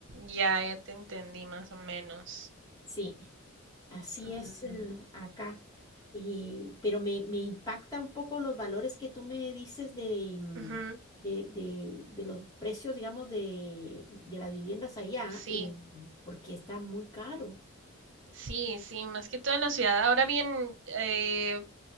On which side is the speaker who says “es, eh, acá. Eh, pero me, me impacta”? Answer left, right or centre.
Left